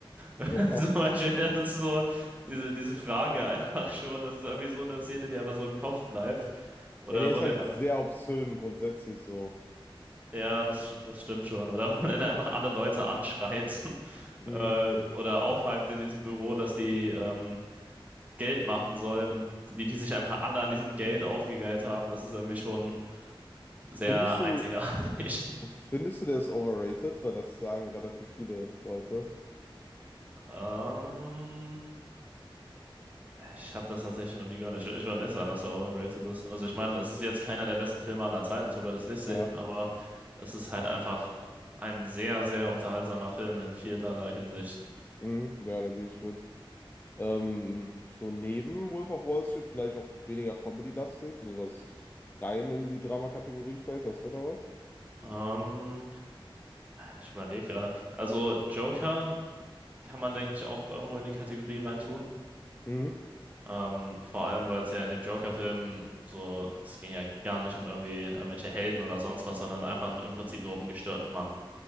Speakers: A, on the right (about 15°); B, on the left (about 20°).
A: <laughs>
B: <laughs>
A: Zum Beispiel, das ist so diese, diese Frage einfach schon. Das ist irgendwie so eine Szene, die einfach so im Kopf bleibt. Oder
B: Ja, der ist
A: wo
B: halt
A: der,
B: sehr obszön grundsätzlich so.
A: ja, das, das stimmt schon. Oder wo der dann einfach alle Leute anschreit <laughs>
B: Hm.
A: äh, oder aufhypt in diesem Büro, dass die ähm, Geld machen sollen und wie die sich einfach alle an diesem Geld aufgegeilt haben, das ist irgendwie schon
B: Findest
A: sehr
B: du.
A: einzigartig. <laughs>
B: Findest du, der ist overrated? Weil das sagen relativ viele Leute.
A: Ähm, ich habe das tatsächlich noch nie gehört. Ich, ich würde nicht sagen, dass er overrated ist. Also ich meine, es ist jetzt keiner der besten Filme aller Zeiten, so würde ich es nicht sehen,
B: Ja,
A: aber es ist halt einfach ein sehr, sehr unterhaltsamer Film in vielerlei Hinsicht.
B: mhm. Ja, da gehe ich mit. Ähm, so neben Wolf of Wall Street vielleicht auch weniger Comedy-lastig, sowas rein in die Drama-Kategorie fällt, hast du da was?
A: Ähm, ich überlege gerade. Also Joker kann man, denke ich, auch irgendwo in die Kategorie reintun.
B: Mhm.
A: Ähm, vor allem, weil es ja in dem Joker-Film so, es ging ja gar nicht um irgendwie irgendwelche Helden oder sonst was, sondern einfach im Prinzip nur um einen gestörten Mann.